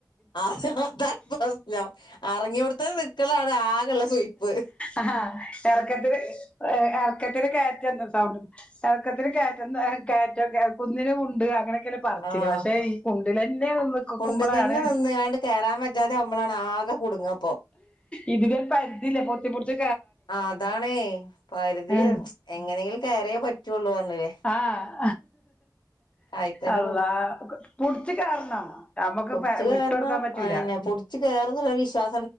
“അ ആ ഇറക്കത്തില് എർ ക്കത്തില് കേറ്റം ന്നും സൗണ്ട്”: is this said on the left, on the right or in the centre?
Left